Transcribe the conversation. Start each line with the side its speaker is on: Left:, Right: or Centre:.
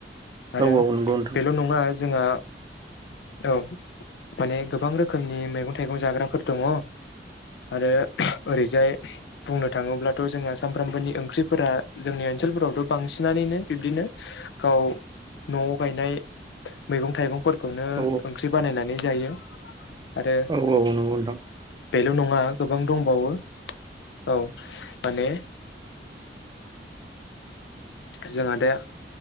Right: औ
Left: आरो
Right: औ नंगौ नोंथां
Left: बेल' नङा जोंहा औ माने गोबां रोखोमनि मैगं थाइगं जाग्राफोर दङ आरो ओरैजाय बुंनोथाङोब्ला दाथ' जोङा सानफ्रामबोनि ओंख्रिफोरा जोंनि ओनसोलफोरावथ' बांसिननानैनो बिब्दिनो गाव न' गायनाय मैगं थाइगंफोरखौनो
Right: औ
Left: ओंख्रि बानायनानै जायो आरो
Right: औ औ नंगौ नोंथां।
Left: बेल' नङा गोबां दंबावो औ माने जोंहा दा